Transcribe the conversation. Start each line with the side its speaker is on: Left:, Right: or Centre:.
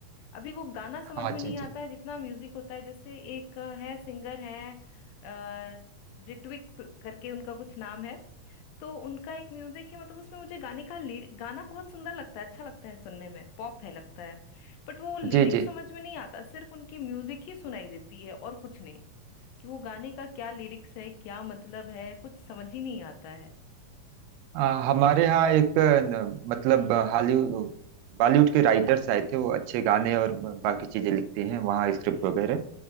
Left: अभी वो गाना समझ
Right: हाँ
Left: में नहीं
Right: जी जी
Left: आता है जितना म्यूजिक होता है जैसे एक अ, है सिंगर है अ, रिट्विक प- करके उनका कुछ नाम है तो उनका एक म्यूजिक है मतलब उसमें मुझे गाने का लिर- गाना बहुत सुंदर लगता है अच्छा लगता है सुनने में पॉप है लगता है बट वो लिरिक
Right: जी जी
Left: समझ में नहीं आता सिर्फ उनकी म्यूजिक ही सुनाई देती है और कुछ नहीं कि वो गाने का क्या लिरिक्स है क्या मतलब है कुछ समझ ही नहीं आता है
Right: आ, हमारे यहाँ एक न, मतलब हॉलीवुड बॉलीवुड के राइटर्स आए थे वो अच्छे गाने और बाकी चीजें लिखते हैं वहाँ स्क्रिप्ट
Left: जी
Right: वगैरह